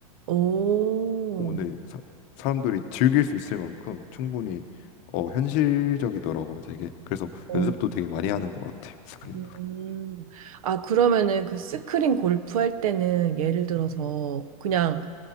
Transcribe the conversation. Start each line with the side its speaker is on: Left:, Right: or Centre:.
Right: 오,
Left: 오늘 사, 사람들이 즐길 수 있을 만큼 충분히 어, 현실적이더라고요, 되게. 그래서
Right: 어,
Left: 연습도 되게 많이 하는 것 같아요, 스크린으로.
Right: 음. 아, 그러면은 그 스크린 골프 할 때는 예를 들어서 그냥